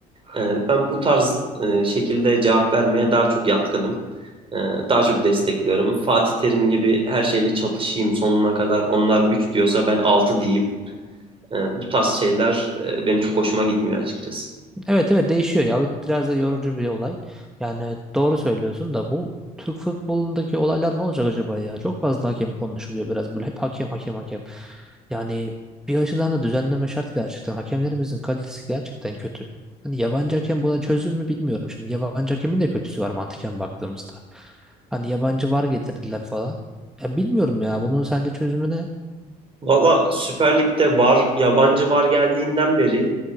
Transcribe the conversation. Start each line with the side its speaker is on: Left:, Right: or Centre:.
Right: Ee, Ben bu tarz e, şekilde cevap vermeye daha çok yatkınım. Ee, Daha çok destekliyorum. Fatih Terim gibi her şeyle çatışayım sonuna kadar. Onlar 3 diyorsa ben 6 diyeyim. Ee, Bu tarz şeyler e, benim çok hoşuma gitmiyor açıkçası.
Centre: Evet evet değişiyor ya. Biraz da yorucu bir olay. Yani doğru söylüyorsun da bu Türk futbolundaki olaylar ne olacak acaba ya? Çok fazla hakem konuşuluyor biraz böyle. Hep hakem hakem hakem. Yani bir açıdan da düzenleme şart gerçekten. Hakemlerimizin kalitesi gerçekten kötü. Hani yabancı hakem buna çözüm mü bilmiyorum. Şimdi yabancı hakemin de kötüsü var mantıken baktığımızda. Hani yabancı var getirdiler falan. Ya bilmiyorum ya bunun sence çözümü ne?
Right: Valla Süper Lig'de VAR, yabancı VAR geldiğinden beri